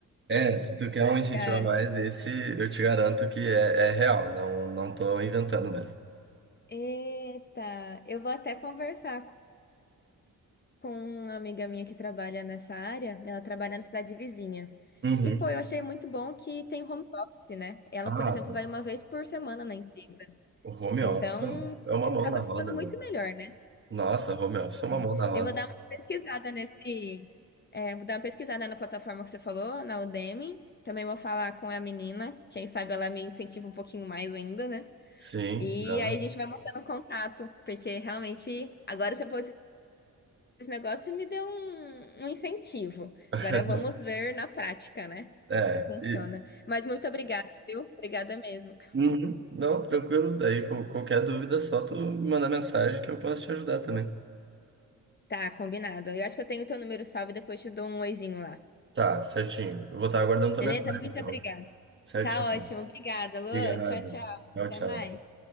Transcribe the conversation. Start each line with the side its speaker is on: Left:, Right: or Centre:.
Right: É, se tu quer um incentivo
Left: Cara.
Right: a mais, esse eu te garanto que é, é real, não, não tô inventando mesmo.
Left: Eita, eu vou até conversar com uma amiga minha que trabalha nessa área, ela trabalha na cidade vizinha.
Right: Uhum.
Left: E, pô, eu achei muito bom que tem home office, né? Ela,
Right: Ah,
Left: por exemplo, vai uma vez por semana na empresa.
Right: o home
Left: Então,
Right: office é é uma
Left: acaba
Right: mão na roda,
Left: ficando
Right: né?
Left: muito melhor, né?
Right: Nossa, home office é uma
Left: É.
Right: mão na roda.
Left: Eu vou dar uma pesquisada nesse. é, vou dar uma pesquisada na plataforma que você falou, na Udemy. Também vou falar com a menina. Quem sabe ela me incentiva um pouquinho mais ainda, né?
Right: Sim,
Left: E
Right: não.
Left: aí a gente vai mantendo contato, porque realmente agora você falou esse negócio me deu um, um incentivo.
Right: <laughs>
Left: Agora vamos ver na prática, né?
Right: É,
Left: Funciona.
Right: e-
Left: Mas muito obrigada, viu? Obrigada mesmo.
Right: Uhum. Não, tranquilo, daí qual- qualquer dúvida é só tu me mandar mensagem que eu posso te ajudar também.
Left: Tá, combinado. Eu acho que eu tenho teu número salvo e depois te dou um oizinho lá.
Right: Tá, certinho. Eu vou estar aguardando tua
Left: Beleza?
Right: mensagem,
Left: Muito
Right: então.
Left: obrigada.
Right: Certinho.
Left: Tá ótimo. Obrigada, Lu.
Right: Obrigado.
Left: Tchau, tchau.
Right: Tchau,
Left: Até
Right: tchau.
Left: mais.